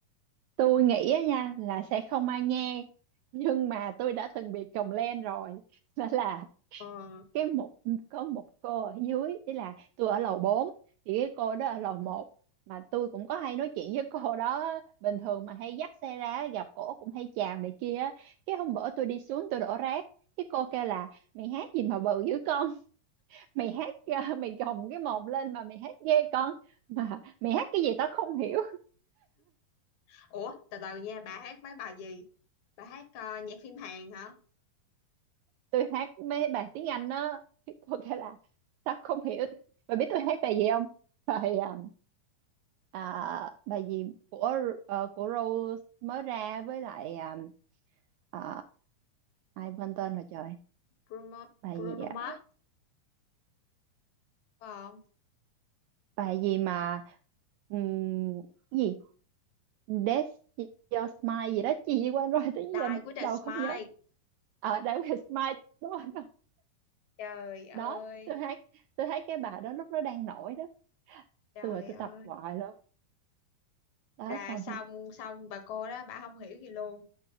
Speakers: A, on the right; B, on the left.
A: tôi nghĩ á nha là sẽ không ai nghe nhưng mà tôi đã từng bị còng len rồi đó là
B: ờ.
A: cái một có một cô ở dưới ý là tôi ở lầu 4 thì cái cô đó ở lầu một mà tôi cũng có hay nói chuyện với cô đó bình thường mà hay dắt xe ra gặp cổ cũng hay chào này kia á. cái hôm bữa tôi đi xuống tôi đổ rác cái cô kêu là mày hát gì mà bự dữ con <laughs> mày hát ờ, mày gồng cái mồm lên mà mày hát ghê con mà mày hát cái gì tao không hiểu
B: ủa từ từ nha bà hát mấy bài gì bà hát ờ, nhạc phim Hàn hả
A: tôi hát mấy bài tiếng Anh đó có cái là tao không hiểu bà biết tôi hát bài gì không bài à, à, bài gì của ờ, của Rose mới ra với lại à, à, ai quên tên rồi trời
B: Bruno,
A: bài
B: Bruno
A: gì ạ?
B: Mars phải không
A: bài gì mà ừm, cái gì That's Your Smile gì đó chị quên rồi tới
B: Die
A: giờ
B: with a
A: đầu
B: Smile
A: không nhớ ở That Was Smile đúng rồi đó.
B: trời ơi
A: đó tôi hát tôi hát cái bài đó lúc nó đang nổi đó
B: trời
A: tôi ở tôi
B: ơi
A: tập hoài luôn đó
B: là
A: xong
B: xong xong bà cô đó bà không hiểu gì luôn